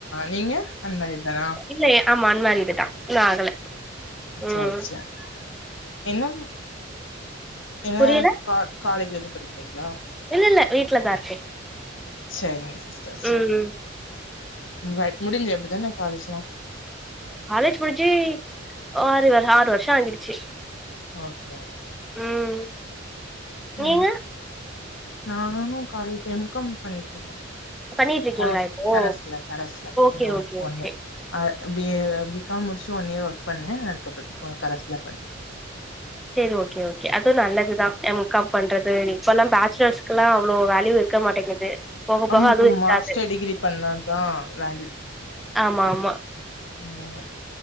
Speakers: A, on the left; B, in the centre.
A: நீங்க அன்மேரிட் தானா
B: இல்லயே ஆமா அன்மேரிடு தா இன்னு ஆகல
A: செரி
B: ம்.
A: செரி இன்னும் என்ன
B: புரியல?
A: கா காலேஜ் வந்து படிக்கிறீங்களா
B: இல்ல, இல்ல. வீட்ல தான் இருக்கேன்.
A: செரிங்க சிஸ்டர் செரி
B: ம்.
A: பட் முடிஞ்ச இப்பதான காலேஜ்லா
B: காலேஜ் முடிஞ்சி ஆறு வரு ஆறு வருஷ ஆகிடுச்சு
A: ஓகே
B: ம்
A: ஓ
B: நீங்க?
A: நானு கால எம் காம் பண்ணிட்டுருக்க
B: பண்ணிட்டு இருக்கீங்களா
A: கரஸ்
B: இப்போ?
A: கரஸ்ல கரஸ்ல
B: ஓகே,
A: இன்ன ஒண்ணு
B: ஓகே,
A: ஒண்ணு
B: ஓகே.
A: ஆ பி ஏ பி காம் முடிச்சு ஒன் இயர் ஒர்க் பண்ணே அதுக்கப்ற இப்ப கரஸ்ல பண்ணிட்
B: செரி ஓகே ஓகே அதுவு நல்லதுதா எம் காம் பண்றது இப்பெல்லா பேச்சுலர்ஸ்குல்லா அவ்ளோ வேல்யூ இரு க்க மாட்டேங்குது போக போக
A: ஆமா இப்ப
B: அதுவு இருக்காது
A: மாஸ்டர் டிகிரி பண்ணா தா வேல்யூ
B: ஆமா ஆமா
A: இன்னுமே